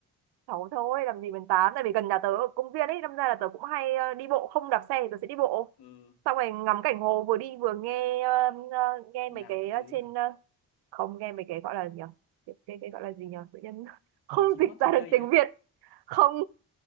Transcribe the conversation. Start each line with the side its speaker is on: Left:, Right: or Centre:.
Right: sáu thôi làm gì mình 8, tại vì gần nhà tớ ở công viên ấy đâm ra là tớ cũng hay ờ, đi bộ không đạp xe thì tớ sẽ đi bộ
Left: ừ
Right: xong rồi ngắm cảnh hồ vừa đi vừa nghe ờ, ờ, nghe
Left: nhạc
Right: mấy cái
Left: các
Right: ờ,
Left: thứ
Right: trên
Left: à
Right: ờ, không nghe mấy cái gọi là gì nhỉ cái, cái, cái gọi là gì nhỉ tự nhiên <laughs> không
Left: Ờ, chim
Right: dịch
Left: hót
Right: ra
Left: trên
Right: được
Left: cây
Right: tiếng
Left: ấy
Right: Việt không